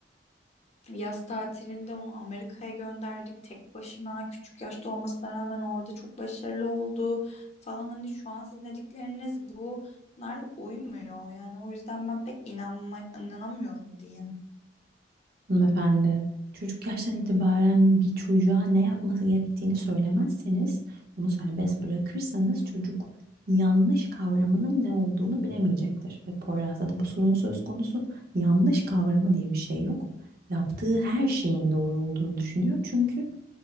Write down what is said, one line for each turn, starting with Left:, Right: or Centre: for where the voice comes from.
Left: Yaz tatilinde onu Amerika'ya gönderdik tek başına. Küçük yaşta olmasına rağmen orada çok başarılı oldu falan. Hani şu an sizin dedikleriniz bunlar uymuyor. Yani o yüzden ben pek inanma, inanamıyorum diyeyim.
Right: Hanımefendi, çocuk yaştan itibaren bir çocuğa ne yapması gerektiğini söylemezseniz, onu serbest bırakırsanız çocuk yanlış kavramının ne olduğunu bilemeyecektir. Ve Poyraz'da da bu sorun söz konusu. Yanlış kavramı diye bir şey yok. Yaptığı her şeyin doğru olduğunu düşünüyor. Çünkü